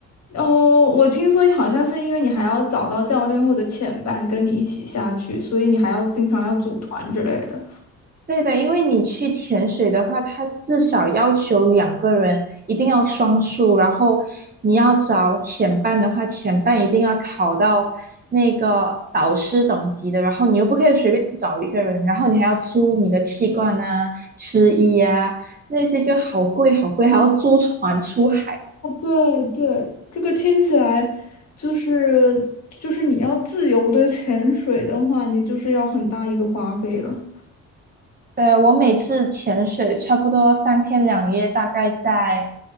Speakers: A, on the left (about 60°); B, on the right (about 30°).
A: 哦，我听说好像是因为你还要找到教练或者潜伴跟你一起下去，所以你还要经常要组团之类的。
B: 对的，因为你去潜水的话，它至少要求两个人一定要双数，然后你要找潜伴的话，潜伴一定要考到那个导师等级的，然后你又不可以随便找一个人，然后你还要租你的气罐啊、湿衣啊，那些就好贵好贵，还要租船出海。
A: 哦，对对，这个听起来就是就是你要自由的潜水的话，你就是要很大一个花费了。
B: 对，我每次潜水差不多三天两夜，大概在